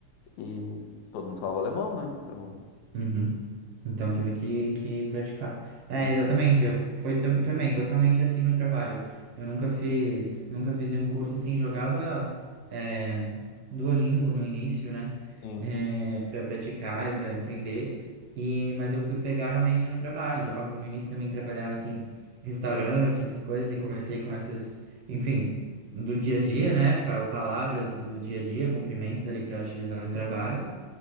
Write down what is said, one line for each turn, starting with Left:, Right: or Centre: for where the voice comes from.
Left: e todo mundo falava alemão, né? Então,
Right: Uhum. Então teve que, que praticar.
Left: sim,
Right: É, exatamente. Eu f- foi tam- também totalmente assim no trabalho. Eu nunca fiz, nunca fiz nenhum curso assim. Jogava é, Duolingo no início, né?
Left: sim,
Right: É, para praticar e para entender. E mas eu fui pegar realmente no trabalho. Óbvio, no início também trabalhava assim restaurante, essas coisas e comecei com essas, enfim, do dia a dia, né? Pa- Palavras do dia a dia, cumprimentos ali para utilizar no trabalho.